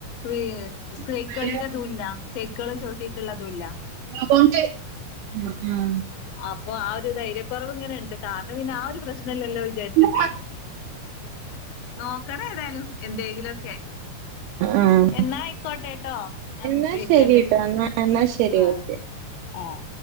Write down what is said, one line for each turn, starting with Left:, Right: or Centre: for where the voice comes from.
Left: വി സൈക്കളിന്റെ
Right: സ്റ്റാൻഡേർഡ്
Left: ഇതും ഇല്ല സൈക്കള് ചവിട്ടിയിട്ട്ള്ളതും ഇല്ല
Right: നബോണ്ട് ആഹ് ആഹ്
Left: അപ്പൊ ആഹ് ഒരു ധൈര്യക്കുറവ് ഇങ്ങനെയുണ്ട് കാറിന് പിന്നെ ആഹ് ഒരു പ്രശ്നം ഇല്ലല്ലോ വിചാരിച്ചിട്ടേ
Right: ഉം
Left: നോക്കണം ഏതായാലും എന്തെങ്കിെലക്കെ
Right: ഉം
Left: എന്നാ ആയിക്കോട്ടെട്ടോ ഞാൻ
Right: എന്നാ
Left: വിളിക്കണ്ട്
Right: ശരിട്ടോ എന്നാ എന്നാ ശരി
Left: ആഹ്
Right: ഓക്കെ
Left: ആഹ്